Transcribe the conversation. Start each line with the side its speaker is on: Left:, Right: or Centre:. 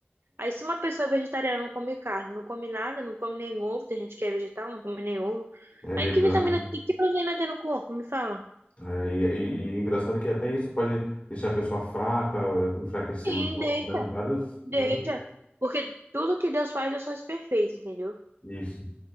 Right: Aí, se uma pessoa é vegetariana não come carne, não come nada, não come nem ovo, tem gente que é vegetal, não come nem ovo.
Left: É
Right: Aí,
Left: vegano.
Right: que vitamina, C, que proteína tem no corpo? Me fala.
Left: né? É, e, e- e engraçado que até isso pode deixar a pessoa fraca, enfraquecer
Right: Sim,
Left: os, ó-
Right: deixa,
Left: né? Vários,
Right: deixa.
Left: vários.
Right: Porque tudo que Deus faz, Deus faz perfeito, entendeu?
Left: Isso,